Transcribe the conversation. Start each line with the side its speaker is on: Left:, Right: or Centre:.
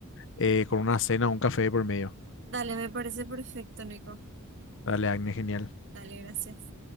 Left: eh, con una cena o un café por medio.
Right: Dale, me parece perfecto, Nico.
Left: Dale, Agnes, genial.
Right: Dale, gracias.